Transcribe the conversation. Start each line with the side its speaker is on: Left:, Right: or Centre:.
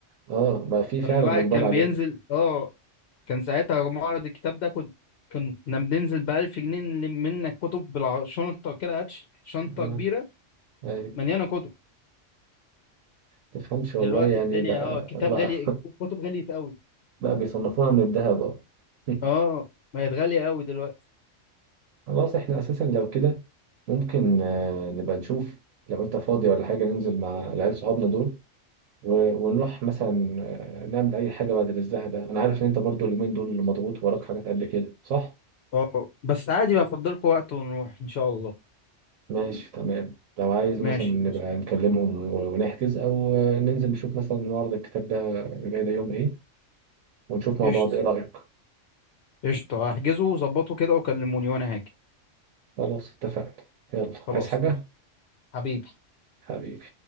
Right: آه، بقى في فعلا
Left: كان الواحد
Right: اقبال
Left: كان
Right: عليها
Left: بينزل اه كان ساعتها معرض الكتاب ده كنت كنا بننزل بألف جنيه نلم منك كتب بالشنطة كده هات ش- شنطة
Right: آه،
Left: كبيرة
Right: ايوه
Left: مليانة كتب
Right: تفهمش والله
Left: دلوقتي
Right: يعني
Left: الدنيا
Right: بقى
Left: اه كتاب
Right: بقى
Left: غالي
Right: <laughs>
Left: كتب غليت قوي
Right: بقى بيصنفوها من الذهب اه <laughs>
Left: اه بقت غالية قوي دلوقتي
Right: خلاص احنا اساسا لو كده ممكن آه، نبقى نشوف لو انت فاضي ولا حاجة ننزل مع العيال صحابنا دول و- ونروح مثلا آه، نعمل اي حاجه بعد الزهق ده انا عارف ان انت برضو اليومين دول مضغوط وراك حاجات قد كده صح
Left: اه بس عادي بقى أفضلكوا وقت ونروح إن شاء الله
Right: ماشي تمام لو عايز
Left: ماشي
Right: مثلا نبقى
Left: قشطة
Right: نكلمهم و- ونحجز او آه، ننزل نشوف مثلا معرض الكتاب ده اللي جاي ده يوم ايه ونشوف مع
Left: قشطة
Right: بعض ايه رايك
Left: قشطة. احجزوا وظبطوا كده وكلموني وأنا هاجي
Right: خلاص اتفقنا يلا
Left: خلاص
Right: عايز حاجه
Left: اتفقنا حبيبي
Right: حبيبي